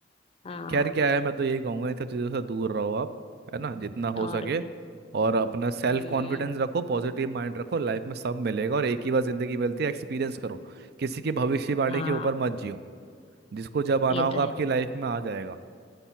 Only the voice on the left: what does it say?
हाँ
और
क्या
हम्म
हाँ
ये
तो है